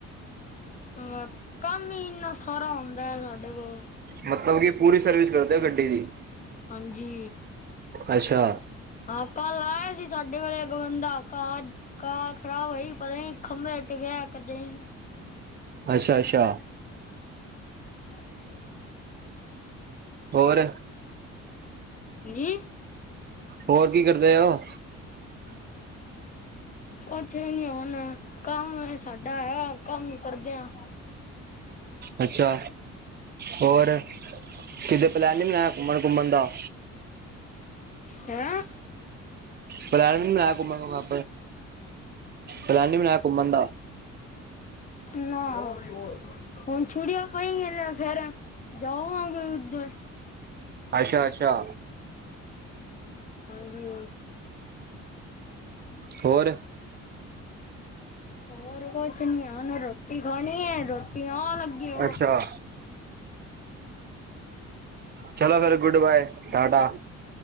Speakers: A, on the left (about 25°); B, on the right (about 35°).
A: ਹ ਕੰਮ ਹੀ ਇੰਨਾ ਸਾਰਾ ਹੁੰਂਦਾ ਹੈ ਸਾਡੇ ਕੋਲ।
B: ਮਤਲਬ ਕਿ ਪੂਰੀ ਸਰਵਿਸ ਕਰਦੇ ਹੋ ਗੱਡੀ ਦੀ।
A: ਹਾਂਜੀ
B: ਅੱਛਾ
A: ਹਾਂ ਕੱਲ ਆਏ ਸੀ ਸਾਡੇ ਕੋਲੇ ਇੱਕ ਬੰਦਾ ਕਾਰ। ਕਾਰ ਖਰਾਬ ਹੋਈ ਪਤਾ ਨੀ ਖੰਭੇ ਟਗਿਆ ਕੱਦੇ ਹੀ।
B: ਅੱਛਾ ਅੱਛਾ
A: ਸਾਰੇ
B: ਹੋਰ
A: ਜੀ
B: ਹੋਰ ਕੀ ਕਰਦੇ ਔ?
A: ਕੁਛ ਹੀ ਨਹੀਂ ਹੁਣ ਕੰਮ ਵ। ਸਾਡਾ ਹੈ ਕੰਮ ਕਰਦੇ ਆ।
B: ਅੱਛਾ ਹੋਰ ਕਿਤੇ ਪਲੈਨ ਨੀ ਬਣਾਇਆ ਘੁੰਮਣ ਘੁੰਮਣ ਦਾ।
A: ਹੈਂ?
B: ਪਲੈਨ ਵੀ ਨੀ ਬਣਾਇਆ ਘੁੰਮਣ ਪਲੈਨ ਨੀ ਬਣਾਇਆ ਘੁੰਮਣ ਦਾ
A: ਨਾਂ। ਹੁਣ ਛੁੱਟੀਆਂ ਪੈਣਗੀਆਂ ਫੇਰ ਜਾਵਾਂਗੇ ਉਧਰ।
B: ਅੱਛਾ ਅੱਛਾ
A: ਹਾਂਜੀ।
B: ਹੋਰ?
A: ਹੋਰ ਕੁਛ ਨੀ। ਹੁਨ ਰ੍ਹੋਟੀ ਖਾਣੀ ਏ, ਰ੍ਹੋਟੀ ਆਉਣ ਲੱਗੀ ਏ, ਬਸ।
B: ਅੱਛਾ ਚਲੋ ਫਿਰ, ਗੁੱਡ ਬਾਏ, ਟਾਟਾ।